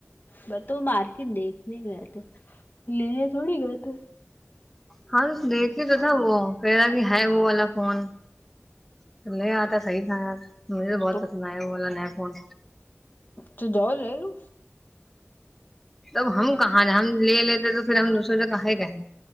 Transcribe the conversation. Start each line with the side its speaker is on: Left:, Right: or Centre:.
Left: بس تو مار کے دیک نہیں گتے لیے تھوڑی گ تھ
Centre: ہاں دیکھے تو تھا وہ کہہ رہا کہ ہے وہ والا فون تو لے آتا صحیح تھا یار مجھے بہت
Left: تو
Centre: پسند آیا وہ والا نیا فون
Left: تو جؤ لے لو
Centre: تب ہم کہاں ہم لے لیتے تو پھر ہم دوسروں سے کہے کہیں